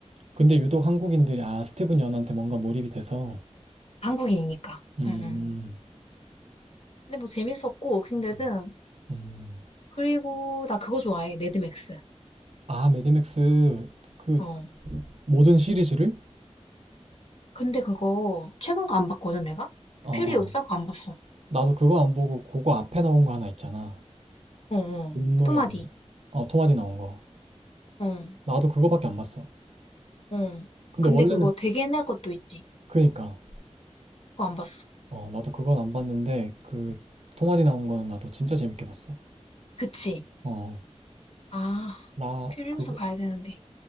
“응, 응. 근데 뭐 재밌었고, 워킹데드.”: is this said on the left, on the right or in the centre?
Left